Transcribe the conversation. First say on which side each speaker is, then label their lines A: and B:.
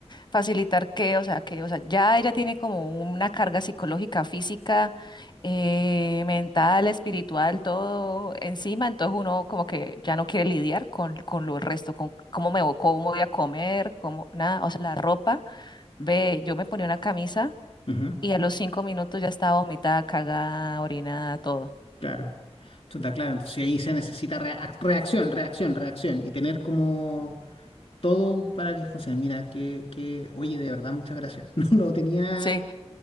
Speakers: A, on the left (about 40°); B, on the left (about 60°).
A: facilitar que, o sea, que, o sea, ya ella tiene como una carga psicológica, física, eh, mental, espiritual, todo encima, entonces uno como que ya no quiere lidiar con, con lo resto, con cómo me voy, cómo voy a comer, cómo, nada, o sea, la ropa, ve, yo me ponía una camisa
B: Ujú,
A: y a los cinco minutos ya estaba vomitada, cagada, orinada, todo.
B: claro, está claro, entonces ahí se necesita rea- reacción, reacción, reacción, y tener como... Todo para que funcione. Mira, que, que, oye, de verdad, muchas gracias. <laughs> No, no tenía,
A: Sí,